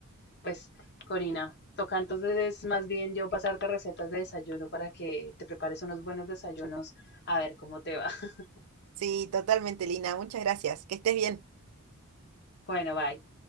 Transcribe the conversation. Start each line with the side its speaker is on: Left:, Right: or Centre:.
Left: pues, Corina, toca entonces más bien yo pasarte recetas de desayuno para que te prepares unos buenos desayunos, a ver cómo te va. <laughs>
Right: Sí, totalmente, Lina. Muchas gracias. Que estés bien.
Left: Bueno, bye.